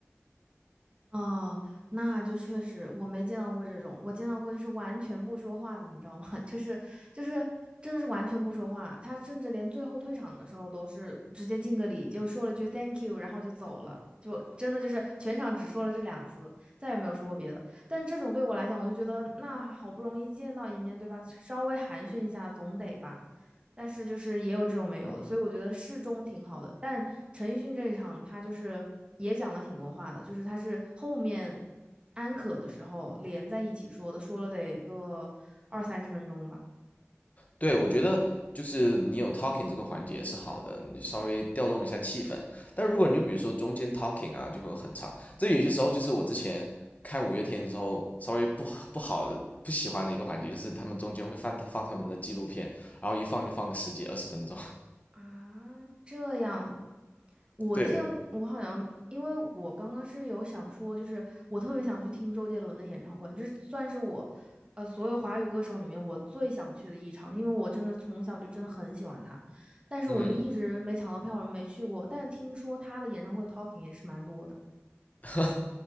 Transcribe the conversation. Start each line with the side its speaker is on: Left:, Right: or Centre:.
Right: 哦，那就确实我没见到过这种，我见到过就是完全不说话的，你知道吗？<laughs> 就是就是真的是完全不说话，他甚至连最后退场的时候都是直接敬个礼，就说了句 thank you，然后就走了，就真的就是全场只说了这两次，再也没有说过别的。但这种对我来讲，我就觉得那好不容易见到一面，对吧？稍微寒暄一下总得吧。但是就是也有这种没有的，所以我觉得适中挺好的。但陈奕迅这一场，他就是也讲了挺多话的，就是他是后面安可的时候连在一起说的，说了得个二三十分钟吧。
Left: 对，我觉得就是你有 talking 这个环节是好的，你稍微调动一下气氛。但如果你就比如说中间 talking 啊，就会很长。这有些时候就是我之前看五月天的时候，稍微不不好的、不喜欢的一个环节，就是他们中间会放放他们的纪录片，然后一放就放个十几二十分钟。
Right: 啊，这样。
Left: <laughs>
Right: 我见我好像，
Left: 对，
Right: 因为我刚刚是有想说，就是我特别想去听周杰伦的演唱会，就是算是我，呃，所有华语歌手里面我最想去的一场，因为我真的从小就真的很喜欢他，但是我就一直没抢到票，
Left: 嗯，
Right: 没去过。但是听说他的演唱会 talking 也是蛮多的。
Left: <laughs>